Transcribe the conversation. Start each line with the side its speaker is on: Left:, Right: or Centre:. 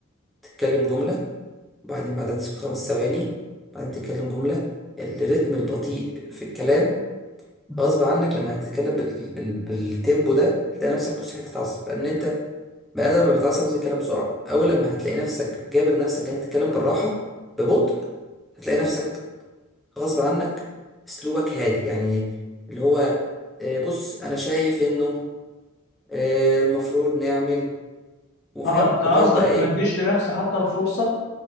Centre: تتكلم جملة وبعدين بعدها تسكت خمس ثواني بعدين تتكلم جملة الريتم البطيء في الكلام غصب عنك لما هتتكلم بال... بال... بالتيمبو ده هتلاقي نفسك مستحيل تتعصب لأن أنت بني آدم لما بيتعصب لازم يتكلم بسرعة أول لما هتلاقي نفسك جابر نفسك إن أنت تتكلم بالراحة ببطء هتلاقي نفسك غصب عنك أسلوبك هادي يعني اللي هو آه، بص أنا شايف إنه آه، المفروض نعمل وفاهم
Left: اه انت
Centre: وتقعد
Left: قصدك
Centre: بقى ايه
Left: ما اديش لنفسي حتى الفرصه